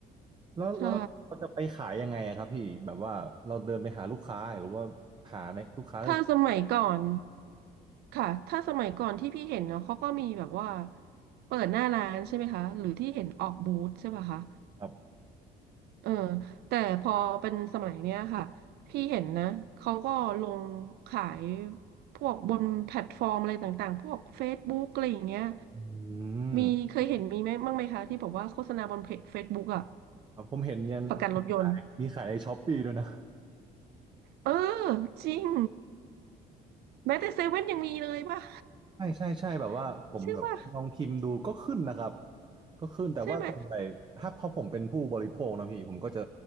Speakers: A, on the right; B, on the right.
A: แล้วแล้วเราจะไปขายยังไงอะครับพี่แบบว่าเราเดินไปหาลูกค้าหรือว่าหาในลูกค้าแล้วจะ
B: ใช่ถ้าสมัยก่อนค่ะถ้าสมัยก่อนที่พี่เห็นเนาะเขาก็มีแบบว่าเปิดหน้าร้านใช่ไหมคะหรือที่เห็นออกบูธใช่ป่ะคะ
A: ครับ
B: เออแต่พอเป็นสมัยเนี้ยค่ะพี่เห็นนะเขาก็ลงขายพวกบนแพลตฟอร์มอะไรต่างๆพวก Facebook อะไรอย่างเงี้ย
A: อื
B: มีเคยเห็นมีไหมบ้างไหมคะที่บอกว่าโฆษณาบนเพจ
A: ม
B: Facebook อะ
A: ครับผมเห็นยัน
B: ประกันรถยนต์
A: มีขายในช้อปปี้ด้วยนะ
B: เออจริงแม้แต่เซเว่นยังมีเลยป่ะ
A: ใช่ใช่ใช่แบบว่าผมแบบลองพิมพ์ดูก็ขึ้นนะครับ
B: <laughs> ใช่ป่ะ
A: ก็ขึ้นแต่ว่าส่วนใหญ่ถ้าพอผมเป็นผู้บริโภคนะพี่ผมก็จะ
B: ใช่ไหม